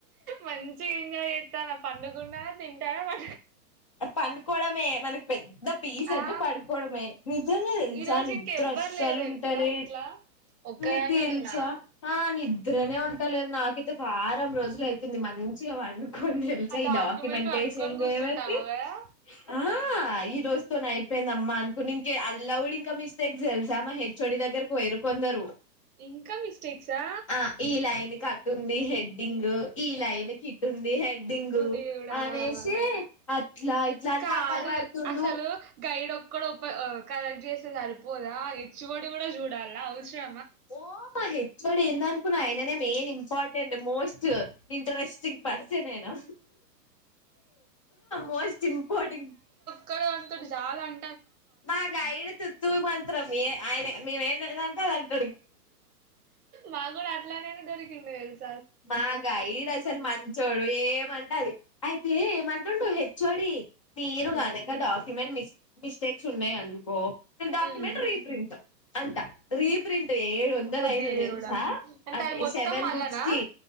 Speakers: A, on the right; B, on the left.
A: మంచిగా ఎంజాయ్ చేస్తానా పండు కుంటనా తింటానా పా
B: పండుకోవడమే మనకి పెద్ ద పీస్ అంటే
A: ఆ
B: పడుకోవడమే నిజంగా తెలుసా
A: ఈరోజు
B: నిద్ర
A: ఇంకెవ్వరు
B: అస్సలు
A: లేరు తెలుసా
B: ఉంటాలె
A: ఇంట్లా ఒక్కదాన్నే
B: నికు తెలుసా
A: ఉన్నా
B: ఆ నిద్రనే ఉంటలే నాకు వారం రోజులు అయితుంది మంచిగా వ డుకొని తెలుసా
A: ఆ
B: ఈ
A: డాక్యుమెంట్
B: డాక్యుమెంటేషన్
A: పట్టుకొని
B: <unintelligible>
A: కూర్చుంటాను కదా
B: ఆ ఈ రోజతోనీ అయి అయిపోయిందమ్ అనుకుని ఇంక అల్డ్ ఇంకా మిస్టేక్స్ తెల్సా మా హె ఓడి దగ్గరికి పోయిరు కొందరు
A: ఇంకా మిస్టేక్సా
B: ఆ ఈ లైన్ కట్ ఉంది హెడ్డింగ్ ఈ లైన్ కిట్టు ఉంది హెడ్డింగు
A: ఓ దేవుడా
B: అనేసి అట్లా ఇట్లా అని
A: కాదు
B: కథలు పడుతుండు
A: అసలు గైడ్ ఒక్కడప ఆ కలెక్ట్ చేస్తే సరిపోదా ఎచ్చుఓడి కూడా చూడాలా అవసర
B: ఓ మా హెచ్చఓడి ఎంద్ అనుకునావ్ ఆయననే main important most interesting person నేనా మోస్ట్ ఇంపార్టెంట్
A: కడే <unintelligible> జాల అం
B: మా గైడ్ తు తూ మంత్రం మీ ఆయన మేమే <unintelligible>
A: మా కూడా ఆట్లానేని దొరి ఫిమేల్స్
B: మాకా ఈడసలు మంచోడు ఏమంటె ఆది అయితే ఏమంటుండు హెచ్ ఒ డి మీరు
A: హ్మ్
B: కాదక డాక్యుమెంట్ మిస్ మ మిస్టేక్స్ ఉన్నాయి అనుకో డాక్యుమెంట్
A: హ్మ్
B: రీప్రింట్ అంత రీప్రింట్ ఏడు వందలు
A: బుద్ధి
B: అయినియ్
A: దేవుడా
B: తెలుసా
A: అంటే
B: అదీ
A: అది మొత్తం
B: సెవెన్
A: మళ్ళనా
B: బుక్స్ జి